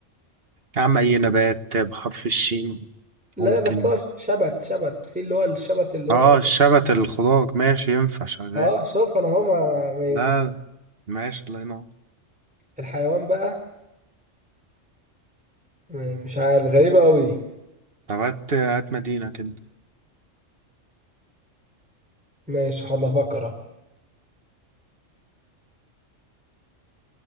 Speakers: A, on the right (about 50°); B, in the centre.
A: يا عم اي نبات بحرف الشين
B: لا
A: ممكن
B: بس هو شبت شبت في اللي هو الشبت اللي هو
A: اه الشبت الخضار ماشي ينفع شغال
B: اه شوف انا هو ما- ماشي
A: لا ماشي الله ينور
B: الحيوان بقى م- مش عارف غريبة قوي
A: طب هات هات مدينة كده
B: ماشي حاضر افكر اهو